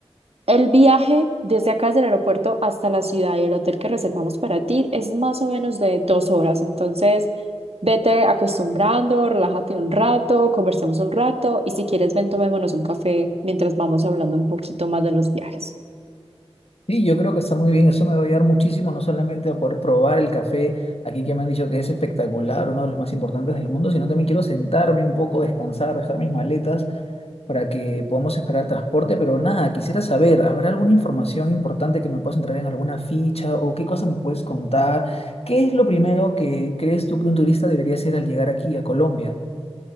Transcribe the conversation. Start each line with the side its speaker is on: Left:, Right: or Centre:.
Right: El viaje desde acá, desde el aeropuerto hasta la ciudad y el hotel que reservamos para ti es más o menos de dos horas. Entonces, vete acostumbrando, relájate un rato, conversemos un rato y si quieres, ven, tomémonos un café mientras vamos hablando un poquito más de los viajes.
Left: Sí, yo creo que está muy bien, eso me va a ayudar muchísimo, no solamente a poder probar el café aquí que me han dicho que es espectacular, uno de los más importantes del mundo, sino también quiero sentarme un poco, descansar, dejar mis maletas para que podamos esperar transporte, pero nada, quisiera saber, ¿habrá alguna información importante que me puedas entrar en alguna ficha o qué cosas me puedes contar? ¿Qué es lo primero que crees tú que un turista debería hacer al llegar aquí a Colombia?